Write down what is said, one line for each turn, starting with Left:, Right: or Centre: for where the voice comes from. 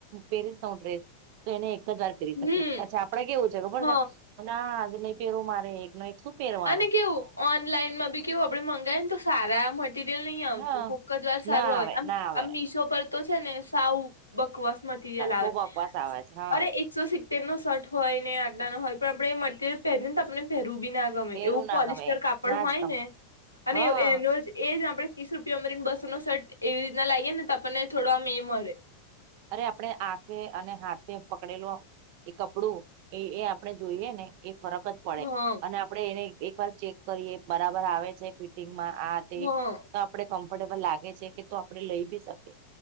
Right: પહેરીશ ન હ ડ્રેસ તો એને એક જ વાર પહેરી શકેશ
Left: હમ
Right: પછી આપડે કેવું છે ખબર
Left: હ
Right: છે અને આ આજ નહી પહેરવું મારે એકનો એક શું પહેરવાનો
Left: અને કેવું ઓનલાઈન માં બી કેવું આપડે મંગાય ને તો સારા મ મરિયલ નહી આવતું
Right: હા
Left: કોક જ વાર સારું
Right: ના
Left: આવે આમ
Right: ના આવે
Left: આમ મીશો પર તો છે ને સાવ બકવાસ મટીરિયલ આવે
Right: બહુ બકવાસ આવે છે હા
Left: અરે એક શ સી્તેર નો શર્ હોય ને આટલા ન હોય પણ આપણે એ મટરિયલ પહેરીને આપણે પહેરવું ના ગમે
Right: પહેરું
Left: એવું
Right: ના
Left: પોલિસ્ટર
Right: ગમે
Left: કાપડ
Right: ના
Left: હોય
Right: જ ગમે
Left: ને અને
Right: હા
Left: એનો જ એ જ આપડે ત્રીસ રૂપિયા અમારીને બસો નો સર્ટ એવી રીતના લાગીે ને તો આપણને થોડોમ એ મળે
Right: અરે આપણેે આંખે અને હાથે પકડેલો એ કપડું એ એ આપણે જોઈએ ને એ ફરક જ પડે
Left: હા
Right: અને આપડે એને એકવાર ચેક કરીએ બરાબર આવે છે ફિટિંગમાં આા તે
Left: હા
Right: તો આપડે કમ્ફર્ટેબલ લાગે છે કે તો આપડણે લઈ ભી શકીએ